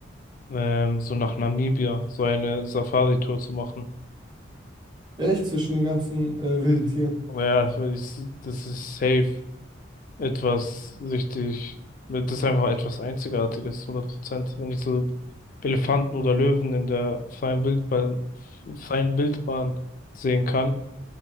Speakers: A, on the left (about 45°); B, on the right (about 25°).
A: ähm, so nach Namibia, so eine Safari-Tour zu machen.
B: Echt zwischen den ganzen äh, wilden Tieren.
A: Aber ja, weil ich, das ist safe etwas richtig, das ist einfach etwas Einzigartiges, Hundert Prozent, Wenn ich so Elefanten oder Löwen in der freien Wildbahn, freien Wildbahn sehen kann,